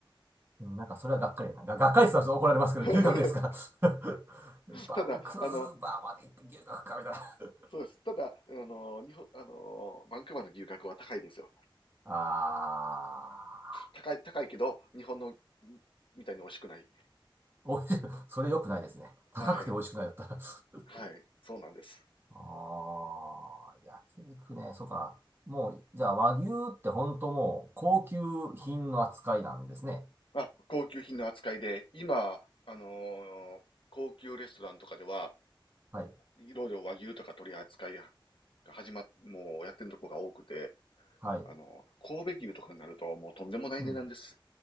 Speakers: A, on the right; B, on the left.
A: うん、なんかそれはがっかりだな。が、がっかりしたら怒られますけど、
B: <laughs>
A: 牛角ですか <laughs> バンクーバーまで行って牛角かみたいな。
B: ただ、あの、そうです。ただ、あの、日本、あの、バンクーバーの牛角は高いですよ。
A: あー。
B: 高い、高いけど、日本の、んみたいに美味しくない。
A: おいしい。それ良くないですね。高くて美味しくないだったら。
B: はい。
A: <laughs>
B: はい。そうなんです。
A: あー、焼肉ね。そうか。もう、じゃあ和牛って本当もう高級品の扱いなんですね。
B: あ、高級品の扱いで、今、あのー高級レストランとかでは、
A: はい。
B: いろいろ和牛とか取り扱いが始まっ、もうやってるとこが多くて、
A: はい。
B: あのー神戸牛とかになるともうとんでもない値段です。
A: うん。